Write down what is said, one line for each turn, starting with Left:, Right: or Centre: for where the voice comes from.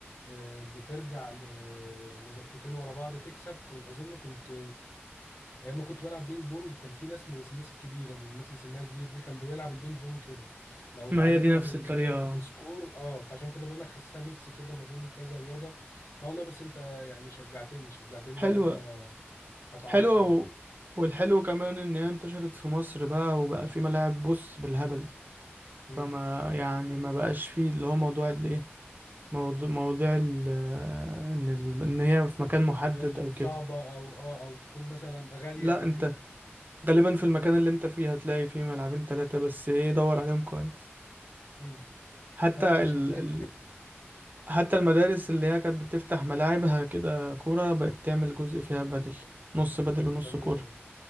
Left: آه، بترجع ل- لنقطتين ورا بعض تكسب ك- اظن كنت ايام ما كنت بلعب بينج بونج كان في ناس من بس من الناس الكبيره الناس اللي سنها كبير دي كان بنلعب البينج بونج كده لو
Right: ما
Left: اتعادلنا
Right: هي دي نفس
Left: في ال...
Right: الطريقة
Left: في السكور اه فعشان كده بقول لك حاسسها ميكس كده ما بين كذا رياضه لا والله بس انت يعني شجعتني شجعتني
Right: حلوة
Left: ان انا اتعرف
Right: حلوة
Left: عليها
Right: و... والحلو كمان ان هي انتشرت في مصر بقى وبقى في ملاعب بص بالهبل
Left: امم
Right: فما يعني ما بقاش فيه اللي هو موضوع الايه موضوع مواضيع ال... آه، ان ال... ان هي في مكان محدد
Left: هي تكون
Right: او
Left: صعبه
Right: كده
Left: او اه او تكون مثلا غاليه
Right: لا
Left: او
Right: انت
Left: كده
Right: غالبا في المكان اللي انت فيه هتلاقي فيه ملعبين ثلاثة بس ايه دور عليهم كويس
Left: امم
Right: حتى
Left: لا انت
Right: ال...
Left: شجعت
Right: ال... حتى المدارس اللي هي كانت بتفتح ملاعبها كده كورة بقت تعمل جزء فيها بدل نص بدل
Left: بقت
Right: ونص
Left: بتعمله
Right: كورة